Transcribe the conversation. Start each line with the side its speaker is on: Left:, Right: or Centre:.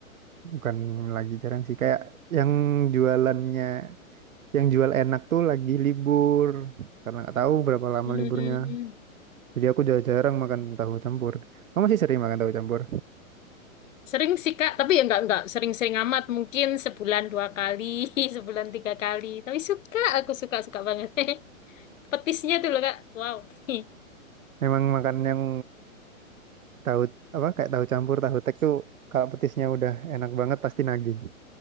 Right: bukan lagi jarang sih kayak yang jualannya yang jual enak tuh lagi libur karena nggak tahu berapa lama
Left: Hmm.
Right: liburnya jadi aku udah jarang makan tahu campur kamu masih sering makan tahu campur
Left: Sering sih Kak, tapi ya nggak nggak sering-sering amat. Mungkin sebulan dua kali, <laughs> sebulan tiga kali. Tapi suka, aku suka suka banget. <laughs> Petisnya tuh loh Kak, wow. <laughs>
Right: memang makan yang tahu apa kayak tahu campur tahu tek tuh kalau petisnya udah enak banget pasti nagih